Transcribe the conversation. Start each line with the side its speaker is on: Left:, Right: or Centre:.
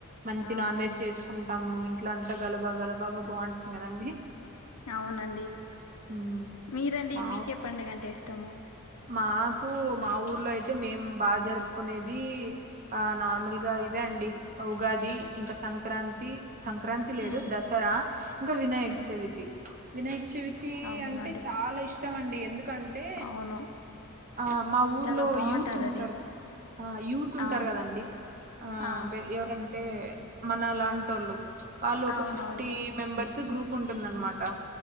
Right: మంచి
Left: అవునండి
Right: నాన్ వెజ్ చేసుకుంటాము ఇట్ల అంతా గలబా గలబాగా బావుంటుంది కదండి
Left: అవునండి
Right: హ్మ్
Left: మీరండి
Right: మా
Left: మీకె పండగంటే ఇష్టము
Right: మాకు మా ఊర్లో అయితే మేం బాగా జరుపుకునేది ఆ నార్మల్గా ఇవే అండి ఉగాది ఇంకా సంక్రాంతి సంక్రాంతి లేదు
Left: ఉమ్
Right: దసరా ఇంకా వినాయక
Left: ఉమ్
Right: చవితి వినాయక చవితి
Left: అవునండి
Right: అంటే చాలా ఇష్టం అండి ఎందు కంటే
Left: అవును
Right: ఆ మా ఊర్లో
Left: చాలా బాగుంటది
Right: యూత్ ఉంటరు
Left: అది
Right: ఆ యూత్ ఉంటారు
Left: ఆ
Right: కదండి ఆర
Left: ఆ
Right: ఎవర టే మన లాంటోళ్ళు వాళ్ళు ఒక
Left: అవునవును
Right: ఫిఫ్టీ మెంబర్స్ గ్రూప్ ఉంటుందన్మాట